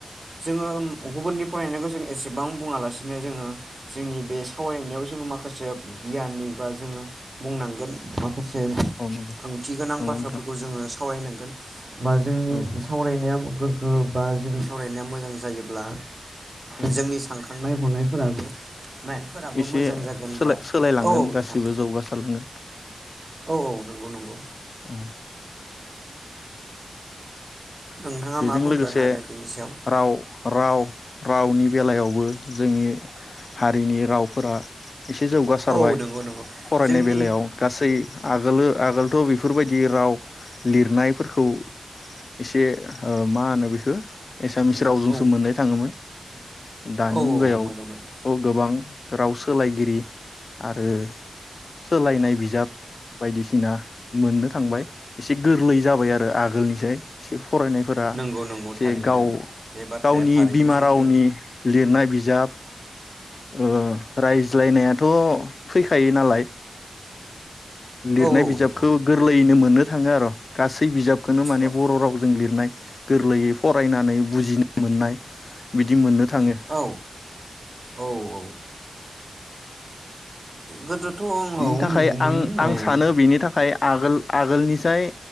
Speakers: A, on the right; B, on the left.
A: जोङो गुबुननि फरायनायखौ जों एसेबां बुङालासिनो जोङो जोंनि बे सावरायनायाव जोङो माखासे गियाननि बा जोङो बुंनांगोन माखासे
B: औ नंगौ
A: ओंथि गोनां बाथ्राफोरखौ
B: नोंथां
A: जोङो सावरायनांगोन बा जोंनि
B: औ
A: सावरायनाया गोग्गो बा जोंनि सावरायनाया मोजां जायोब्ला
B: औ
A: जोंनि सानखा साननाय हनायफोराबो माइन्दफोराबो
B: एसे
A: मोजां जागोन
B: सोलाय-सोलायलांगोन
A: बा औ औ नोंथां
B: गासिबो जौगासारलांगोन।
A: औ औ नंगौ नंगौ
B: औ
A: नोंथाङा
B: बेजों
A: मा बुंगोन
B: लोगोसे
A: आरो बिनि सायाव?
B: राव राव रावनि बेलायावबो जोंनि हारिनि रावफोरा एसे जौगासारबाय
A: औ नंगौ नंगौ
B: फरायनाय
A: जोंनि
B: बेलायाव गासै आगोलो आगोलथ बेफोरबायदि राव लिरनायफोरखौ एसे ओ मा होनो बेखो? एसामिस रावजोंसो
A: औ
B: मोननाय थाङोमोन। दानि
A: औ
B: मुगायाव
A: मोनो मोनो
B: थ गोबां राव सोलायगिरि आरो सोलायनाय बिजाब बायदिसिना मोननो थांबाय एसे गोरलै जाबाय आरो आगोलनिसाय एसे फरायनाय फोरा
A: नंगौ नंगौ
B: जे
A: थारैनो
B: गाव
A: बे बाथ्राया
B: गावनि
A: थारैनो
B: बिमा
A: सैथो
B: रावनि लिरनाय बिज बिजाब अ रायज्लायनायाथ फैखायो नालाय। लिरनाय
A: औ औ
B: बिजाबखौ
A: नंगौ
B: गोरलैयैनो मोनो। थाङो आर गासै बिजाब खोनो माने
A: औ
B: बर रावजों लिर गोरलैयै फरायनानै बुजिनो मोननाय। बिदि मोननो थाङो।
A: औ औ औ गोदोथ औ
B: बिनि थाखाय
A: नंगौमोन
B: आं आं सानो
A: औ
B: बेनि थाखाय आगोल-आगोलनिसाय